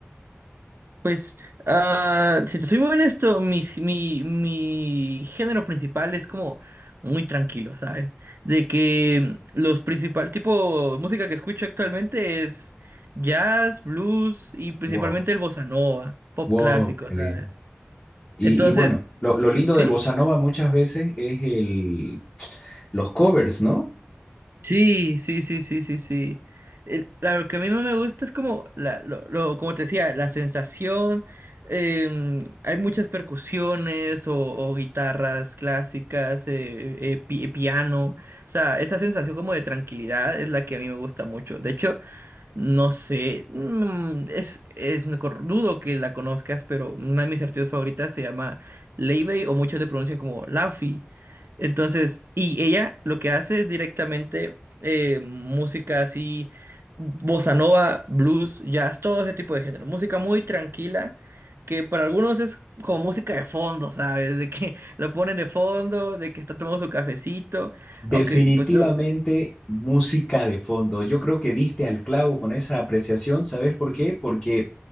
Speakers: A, on the right (about 70°); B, on the left (about 20°).
A: Pues, ah, si te soy muy honesto, mis- mi, mi género principal es como muy tranquilo, ¿sabes? De que los principal tipo de música que escucho actualmente es jazz, blues y principalmente
B: Wow,
A: el bossa nova, pop
B: wow,
A: clásico,
B: qué
A: ¿sabes?
B: lindo. Y,
A: Entonces,
B: y bueno, lo, lo lindo
A: sí,
B: del bossa nova muchas veces es el, los covers, ¿no?
A: Sí, sí, sí, sí, sí, sí. Eh, la- lo que a mí no me gusta es como, la, lo, lo- como te decía, la sensación. em, hay muchas percusiones o, o guitarras clásicas, eh, eh, pi- piano. O sea, esa sensación como de tranquilidad es la que a mí me gusta mucho. De hecho, no sé, mm, es, es no cor- dudo que la conozcas, pero una de mis artistas favoritas se llama Leivey o muchos le pronuncian como Laffy. Entonces, y ella lo que hace es directamente eh, música así, bossa nova, blues, jazz, todo ese tipo de género. Música muy tranquila, que para algunos es como música de fondo, ¿sabes? De que <laughs> lo ponen de fondo, de que están tomando su cafecito,
B: Definitivamente
A: aunque pues yo...
B: música de fondo. Yo creo que diste al clavo con esa apreciación, ¿sabes por qué? Porque